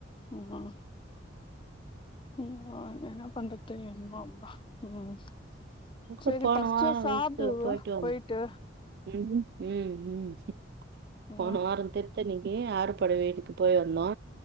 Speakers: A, on the left; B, on the right.
A: அமா ம் அ என்ன பண்றதோ என்மோமா ம்
B: கூட
A: சரி
B: போன
A: பசிச்சா
B: வாரம்
A: சாப்டு
B: இதுக்கு போயிட்டு வந்தோம்
A: போய்ட்டு
B: ம் ம் ம் போன
A: ம்
B: வாரோ திருத்தணிக்கி ஆறு பட வீட்டுக்கு போயிருந்தோ